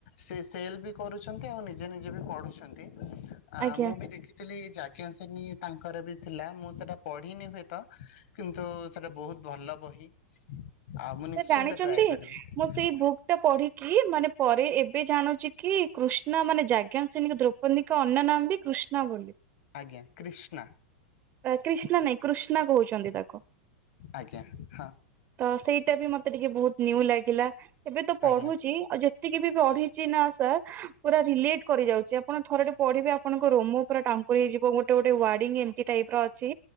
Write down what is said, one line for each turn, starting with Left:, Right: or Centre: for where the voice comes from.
Left: ସେ ସେଲ ବି କରୁଛନ୍ତି ଆଉ ନିଜେ ନିଜେ ବି ପଢୁଛନ୍ତି। ଆ
Right: ଆଜ୍ଞା।
Left: ମୁଁ ବି ଦେଖିଥିଲି ଯଜ୍ଞାସେନୀ ତାଙ୍କର ବି ଥିଲା ମୁଁ ସେଟା ପଢିନି ହୁଏତ। କିନ୍ତୁ ସେଟା ବହୁତ ଭଲ ବହି ଆଉ ମୁଁ ନିଶ୍ଚିନ୍ତ
Right: ସେ ଜାଣିଛନ୍ତି
Left: ଟ୍ରାଏ କରିବି।
Right: ମୁଁ ସେଇ ବୁକ୍ ଟା ପଢିକି ମାନେ ପରେ ଏବେ ଜାଣୁଛି କି, କୃଷ୍ଣ ମାନେ ଯାଜ୍ଞସେନୀ ଦ୍ରୌ କୁହନି କି ଅନ୍ୟ ନାମ ବି କୃଷ୍ଣା ବୋଲି।
Left: ଆଜ୍ଞା, କ୍ରିଷ୍ଣା।
Right: କ୍ରିଷ୍ଣା ନାଇଁ କୃଷ୍ଣା କହୁଛନ୍ତି ତାକୁ।
Left: ଆଜ୍ଞା ହଁ।
Right: ତ ସେଇଟା ବି ମତେ ଟିକେ ବହୁତ ନ୍ୟୁ ଲାଗିଲା। ଏବେ ତ ପଢୁଛି,
Left: ଆଜ୍ଞା।
Right: ଆଉ ଯେ ତିକି ବି ପଢିଛି ନା ସାର୍, ପୁରା ରିଲେଟ୍ କରି ଯାଉଛି। ଆପଣ ଥର ଟେ ପଢିବେ, ଆପଣଙ୍କ ରୋମୋ ପୁରା ଟାଙ୍କୁରି ଯିବ। ଗୋଟେ ଗୋଟେ ୱାର୍ଡିଙ୍ଗ ଏମିତି ଟାଇପ୍ ର ଅଛି,